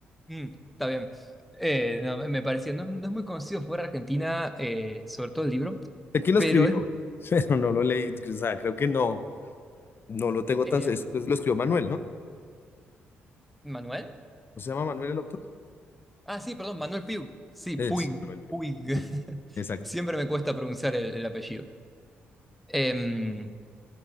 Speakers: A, in the centre; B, on the left (about 40°).
A: Mm, está bien. Eh, no, me me parecía, no, no es muy conocido fuera de Argentina, eh, sobre todo el libro,
B: Sé quién lo
A: pero
B: escribió,
A: es...
B: <laughs> pero no lo leí. O sea, creo que no, no lo tengo
A: eh,
B: tan... es- pues, lo escribió Manuel, ¿no?
A: ¿Manuel?
B: ¿No se llama Manuel el autor?
A: Ah, sí, perdón, Manuel Piu. Sí,
B: Es
A: Puig,
B: Manuel. creo.
A: Puig. <laughs>
B: Sí, exacto.
A: Siempre me cuesta pronunciar el el apellido. Em,